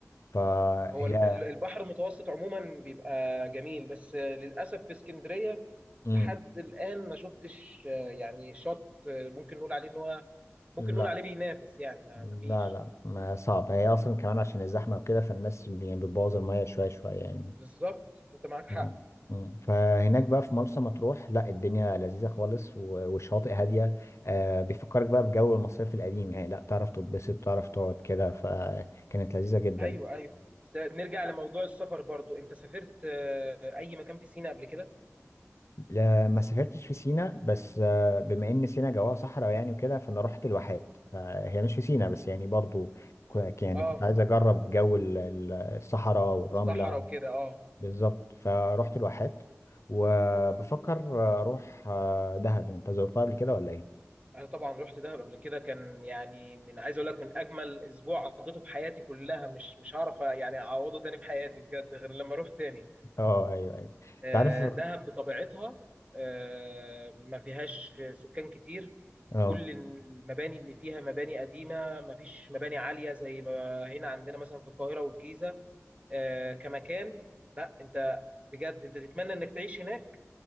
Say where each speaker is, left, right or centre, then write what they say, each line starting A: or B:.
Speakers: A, on the left; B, on the right.
A: فهي
B: هو ال- ال- البحر المتوسط عموما بيبقى جميل بس للأسف في اسكندرية
A: امم
B: لحد الآن ما شفتش آه، يعني شط آه، ممكن نقول عليه ان هو ممكن
A: لا
B: نقول عليه بينافس يعني ما
A: لا
B: ما فيش
A: لا ما صعب هي اصلا كمان عشان الزحمه وكده فالناس بي- يعني بتبوظ الميه شويه شويه يعني
B: بالظبط انت معاك
A: آه.
B: حق
A: مم. فهناك بقى في مرسى مطروح لا الدنيا لذيذه خالص و- والشواطئ هاديه آه بيفكرك بقى بجو المصيف القديم يعني لا تعرف تتبسط تعرف تقعد كده فكانت لذيذه جدا
B: ايوه ايوه س- نرجع لموضوع السفر برضو انت سافرت آه، اي مكان في سيناء قبل كده
A: لا ما سافرتش في سينا بس آه، بما ان سينا جواها صحراء يعني وكده فانا رحت الواحات فهي مش في سينا بس يعني برضو كو- يعني
B: اه
A: كنت عايز اجرب جو ال- ال- الصحراء والرمله
B: الصحراء وكده اه
A: بالظبط فرحت الواحات وبفكر اروح آه، دهب انت زرتها قبل كده ولا ايه
B: انا طبعا رحت دهب قبل كده كان يعني من عايز اقول لك من اجمل اسبوع قضيته في حياتي كلها مش مش هعرف يعني اعوضه تاني في حياتي بجد غير لما اروح تاني
A: اه ايوه ايوه
B: آه،
A: انت عارف
B: دهب بطبيعتها آه، ما فيهاش سكان كتير
A: اه
B: كل المباني اللي فيها مباني قديمة ما فيش مباني عالية زي ما هنا عندنا مثلا في القاهرة والجيزة آه، كمكان لا انت بجد انت تتمنى انك تعيش هناك